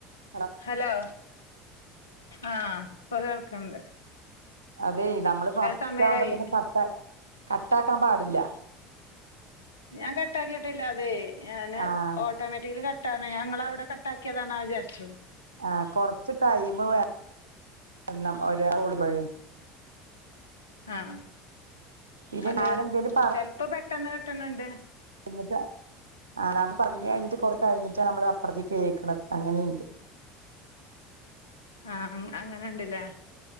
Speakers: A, on the right; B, on the left.
A: അ <inaudible>
B: hello ആഹ് പ്പ കേൾക്ക്‌ണ്ട്
A: അതേയ് നമ്മള് ഫസ്റ്റാവുമ്പതന്നെ
B: സമയായി
A: കട്ട കട്ടാകാൻ പാടില്ല
B: ഞാൻ കട്ടാക്കിട്ടില്ല അതേയ് ഞാന്
A: ആഹ്
B: ഓട്ടോമാറ്റിക്കലി ക ട്ടാണ്. ഞാൻ ങ്ങളവിടെ കട്ടാക്കിയതാണോ വിചാരിച്ചു
A: ആഹ് കൊർച്ച് ടൈമ് വെര്ണം <unintelligible>
B: ഹാഹ്
A: പിന്നെ
B: അത്
A: ഞാൻ എന്തേലും
B: ചെൽപ്പ പെട്ടെന്ന് കിട്ട്ന്ന്ണ്ട്
A: എന്നിട്ട് ആ നമ്മ പറഞ്ഞഴിഞ്ഞിട്ട് കൊറെ കഴിഞ്ഞിട്ടാണ് നമ്മള് അപ്പറത്ത്‌ കേക്ക്‌ണത്. അങ്ങനീണ്ട്
B: ആ ഹ് അങ്ങനെണ്ട് ലേ